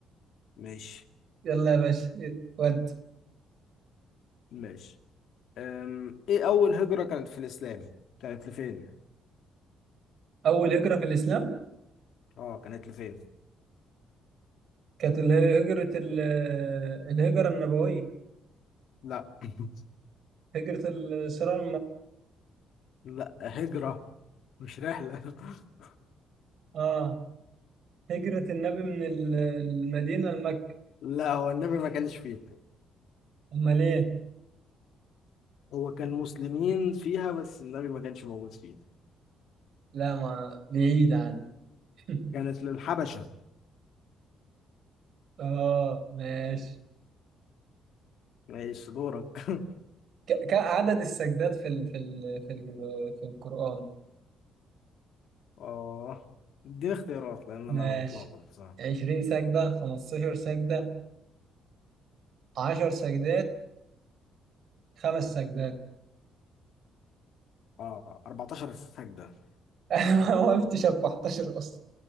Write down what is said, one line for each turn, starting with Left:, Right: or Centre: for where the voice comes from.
Left: ماشي
Right: يلا يا باشا ود
Left: ماشي آم، إيه أول هجرة كانت في الإسلام كانت لفين؟
Right: أول هجرة في الإسلام
Left: آه كانت لفين؟
Right: كانت ال- هجرة ال- الهجرة النبوية
Left: لا <laughs>
Right: هجرة الصراع
Left: لا هجرة مش رحلة <laughs>
Right: اه هجرة النبي من ال- المدينة لمكة
Left: لا هو النبي ما كانش فيها
Right: امال ايه
Left: هو كان مسلمين فيها بس النبي ما كانش موجود فيها
Right: لا ما بعيد عن <laughs>
Left: كانت للحبشة
Right: اه ماشي
Left: ماشي دورك <laughs>
Right: ك- كعدد السجدات في ال في ال في ال في القرآن
Left: اه اديني اختيارات لان
Right: ماشي
Left: انا متلخبط بصراحة
Right: 20 سجدة 15 سجدة 10 سجدات خمس سجدات
Left: اه 14 سجدة
Right: <laughs> انا ما قلتش 14 اصلا